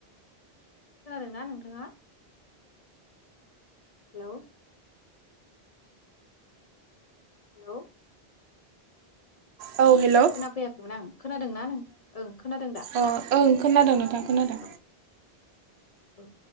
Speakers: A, on the left; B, on the right.
A: खोनादोंना नोंथाङा? हेल' हेलौ
B: औ हेल' ओ
A: खोनाफैयाखैमोन आं खोनादोंना नों ओं खोनादों दा
B: अ ओं खोनादों नोंथां खोनादों।
A: औ औ